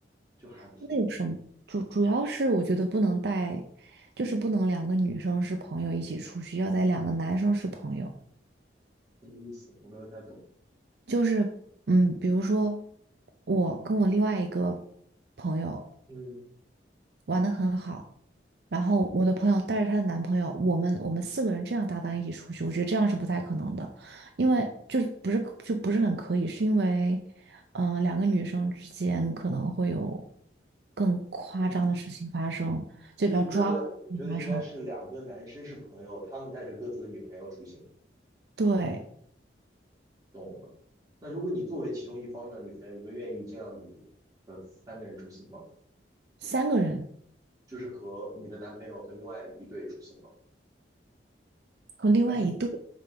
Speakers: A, on the right; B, on the right.
A: 就还挺
B: 那有什么？主主要是我觉得不能带，就是不能两个女生是朋友一起出去，要得两个男生是朋友。
A: 没意思，我没有太懂。
B: 就是嗯，比如说我跟我另外一个朋友，
A: 嗯，
B: 玩的很好。然后我的朋友带着她的男朋友，我们我们四个人这样搭档一起出去，我觉得这样是不太可能的，因为就是不是就不是很可以，是因为，嗯、两个女生之间可能会有更夸张的事情发生，
A: 真比
B: 就比较抓马的事情发生
A: 所以你觉得，你觉得应该是两个男生是朋友，他们带着各自的女朋友出行，
B: 对，
A: 懂了。那如果你作为其中一方的女朋友，你会愿意这样子，呃，三个人出行吗？
B: 三个人
A: 就是和你的男朋友和另外一对出行吗？
B: 和另外一对。
A: 还是，